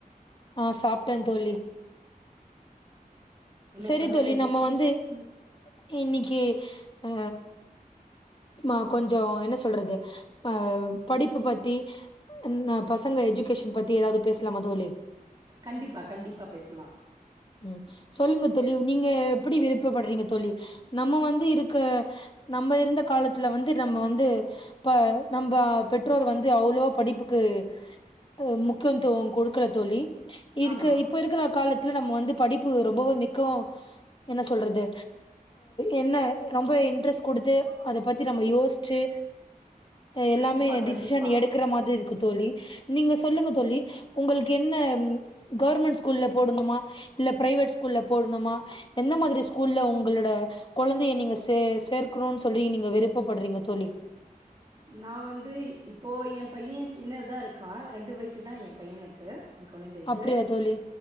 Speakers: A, on the left; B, on the right.
A: ஆ சாப்ட்டே தோழி
B: என்ன
A: செரி
B: சமையல்
A: தோழி
B: இன்னைக்கி
A: நம்ம வந்து
B: ம்
A: இன்னிக்கி அ நா கொஞ்சம் என்ன சொல்றது ஆ படிப்பு பத்தி ம் பசங்க எஜுகேஷன் பத்தி எதாவ்து பேசலாம தோழி
B: கண்டிப்பா கண்டிப்பா பேசலாம்
A: ம் சொல்லுங்க தோழி நீங்க எப்படி விருப்பப்பட்றீங்க தோழி நம்ம வந்து இருக்க நம்ப இருந்த காலத்துல வந்து நம்ம வந்து ப்ப நம்ப பெற்றோர் வந்து அவ்ளவோ படிப்புக்கு அ முக்கியத்துவம் கொடுக்கல தோழி இருக்கு
B: ஆமா
A: இப்ப இருக்கிற காலத் நம்ம வந்து படிப்பு ரொம்பவோ மிக்க என்ன சொல்றது என்ன ரொம்ப இன்ட்ரெஸ்ட் குடுத்து அத பத்தி நம்ம யோஸ்ச்சு எல்லாமே
B: கண்டிப்பா
A: டிசிஷன்
B: கண்டிப்பா
A: எடுக்கற மாதிரி இருக்கு தோழி நீங்க சொல்லுங்க தோழி உங்கள்க்கு என்ன ம் கவர்மெண்ட் ஸ்கூல்ல போடணுமா இல்ல பிரைவேட் ஸ்கூல்ல போடணுமா எந்த மாதிரி ஸ்கூல்ல உங்களோட கொழந்தைய நீங்க சே சேர்க்கணுன் சொல்லி நீங்க விருப்பப்பட்றீங்க தோழி
B: நா வந்து இப்போ என் பைய சின்ன தா இருக்கா ரெண்டு வயசு தா என் பையனுக்கு என் கொழந்தைக்கு
A: அப்டியா தோழி